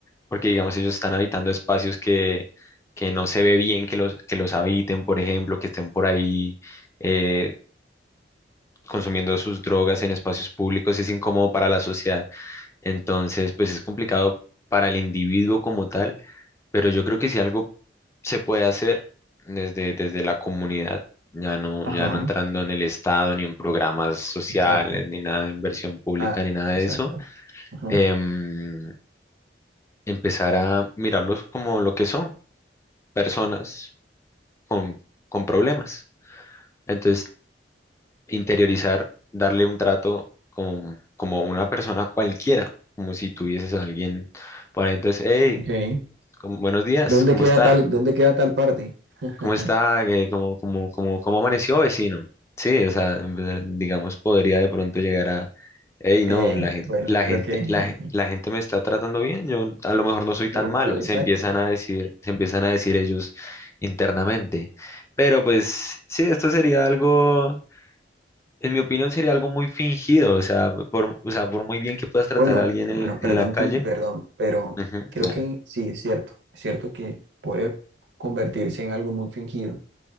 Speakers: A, on the left; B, on the right.
A: Porque digamos, ellos están habitando espacios que, que no se ve bien que los, que los habiten, por ejemplo, que estén por ahí. eh, consumiendo sus drogas en espacios públicos es incómodo para la sociedad. Entonces, pues es complicado para el individuo como tal, pero yo creo que si algo se puede hacer desde, desde la comunidad, ya no,
B: Ajá,
A: ya no entrando en el Estado, ni en programas sociales,
B: exacto.
A: ni nada de inversión pública,
B: Ah,
A: ni nada de
B: exacto.
A: eso,
B: Ajá,
A: em, empezar a mirarlos como lo que son, personas con, con problemas. Entonces, interiorizar, darle un trato como, como una persona cualquiera, como si tuvieses a alguien por ahí, entonces, hey,
B: ok.
A: como- buenos días,
B: ¿Dónde
A: ¿cómo
B: queda
A: está?
B: tal, dónde queda tal parte? <laughs>
A: ¿Cómo está? Eh, ¿Cómo, cómo, cómo, cómo amaneció, vecino? Sí, o sea, en verdad, digamos, podría de pronto llegar a, hey, no,
B: Eh,
A: la gente,
B: bueno,
A: la
B: creo
A: gente,
B: que
A: la,
B: <laughs>
A: gen- la gente me está tratando bien, yo a lo mejor no soy tan
B: normal,
A: malo,
B: exacto.
A: se empiezan a decir, se empiezan a decir ellos internamente. Pero pues, sí, esto sería algo, en mi opinión, sería algo muy fingido, o sea, por, o sea, por muy bien que puedas tratar
B: Bueno,
A: a alguien
B: bueno,
A: en, la
B: perdón,
A: en la calle,
B: ti- perdón, pero
A: ujú,
B: creo
A: claro,
B: que sí, es cierto. Es cierto que puede convertirse en algo muy fingido.